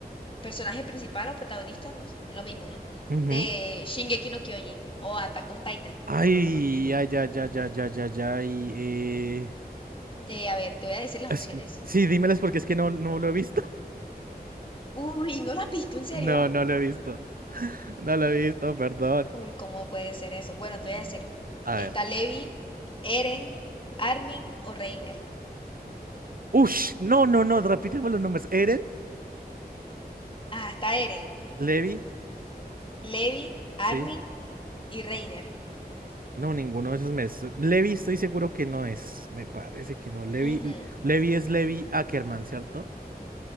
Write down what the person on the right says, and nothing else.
Ujú.
Ay,
ay, ya, ya, ya, ya, ya, ya, y eh...
es
que- Sí, dímelas porque es que no, no lo he visto.
No, no lo he visto. <laughs> No lo he visto, perdón.
Ah,
A
ver.
Ush, no, no, no, repíteme los nombres. ¿Eren?
¿Levi?
Sí.
No, ninguno de esos me... su- Levi estoy seguro que no es. Me parece que no. Levi,
Levi es Levi Ackerman, ¿cierto?